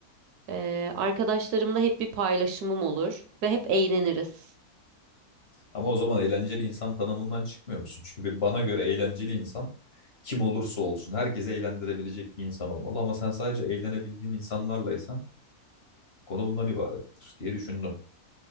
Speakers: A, on the right (about 80°); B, on the left (about 45°).
A: Ee, arkadaşlarımla hep bir paylaşımım olur ve hep eğleniriz.
B: Ama o zaman eğlenceli insan tanımından çıkmıyor musun? Çünkü bir bana göre eğlenceli insan kim olursa olsun herkese eğlendirebilecek bir insan olmalı. Ama sen sadece eğlenebildiğin insanlarlaysan konu bundan ibarettir diye düşündüm.